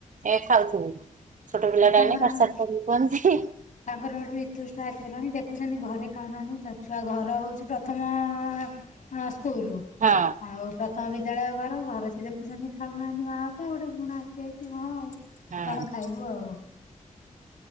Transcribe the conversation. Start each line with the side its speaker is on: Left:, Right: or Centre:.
Right: ଏ ଖାଉଥୁବୁ। ଛୋଟ ପିଲାଟା
Left: ହଁ ତାଙ୍କର
Right: ଏଇନେ ପାଠ ସାଠ କରିବୁ କୁହନ୍ତି।
Left: ତାଙ୍କର ଗୋଟେ ବିତୁଷ୍ଟା ଆସିଗଲାଣି ଦେଖୁଚନ୍ତି ଘରେ ଖାଉନାହାନ୍ତି ତା ଛୁଆ ଘର ହଉଛି ପ୍ରଥମ ଅ ହଁ ସ୍କୁଲ
Right: ହଁ
Left: ଆଉ ପ୍ର ଥମ ବିଦ୍ୟାଳୟ ଘର ଘରେ ସେ ଦେଖୁଚନ୍ତି ଖାଉନାହାନ୍ତି ମା ବାପା ଆଉ ଗୋଟେ ଘୃଣା ଆସିଯାଇଛି ହଁ ଆଉ।
Right: ହଁ
Left: କଣ ଖାଇବୁ ଆଉ?